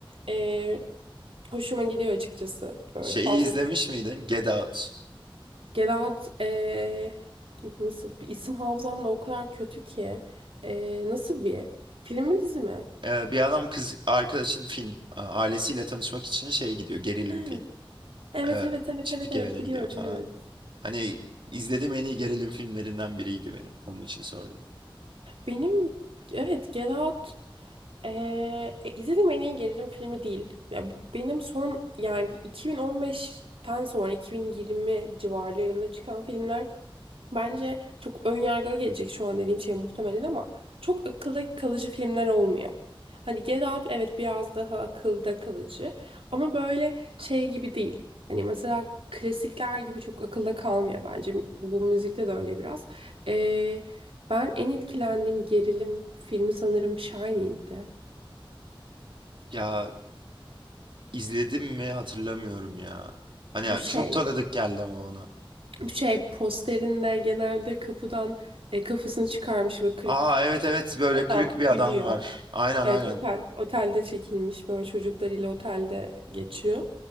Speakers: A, on the right; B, on the right.
A: Eee, hoşuma gidiyor açıkçası. Böyle
B: Şeyi
A: fazla
B: izlemiş miydin? Get Out.
A: Gedat eee, nasıl bir isim hafızamla o kadar kötü ki. Eee, nasıl bir film mi dizi mi?
B: Ee, bir adam kız arkadaşın film a- ailesiyle tanışmak için şeye gidiyor. Gerilim
A: <laughs>
B: film.
A: Evet
B: Ee,
A: evet evet
B: çiftlik
A: evet evet
B: evine
A: biliyorum
B: gidiyor falan.
A: evet.
B: Hani izlediğim en iyi gerilim filmlerinden biriydi benim. Onun için sordum.
A: Benim evet Get Out eee, e, izlediğim en iyi gerilim filmi değil. Ya, bu- benim son yani bir 2015'ten sonra 2020 civarlarında çıkan filmler Bence çok ön yargılı gelecek şu an dediğim şey muhtemelen ama çok akılda kalıcı filmler olmuyor. Hani Get Out evet biraz daha akılda kalıcı ama böyle şey gibi değil. Hani mesela klasikler gibi çok akılda kalmıyor bence. Bu müzikte de öyle biraz. Ee, ben en etkilendiğim gerilim filmi sanırım Shining'di.
B: Ya izledim mi hatırlamıyorum ya. Hani
A: Bu şey,
B: çok tanıdık geldi ama ona.
A: bu şey posterinde genelde kapıdan e, kafasını çıkarmış ve kırık
B: Aa evet evet böyle
A: adam
B: kırık bir
A: gülüyor.
B: adam var. Aynen
A: Evet
B: aynen.
A: otel otelde çekilmiş böyle çocuklarıyla otelde geçiyor.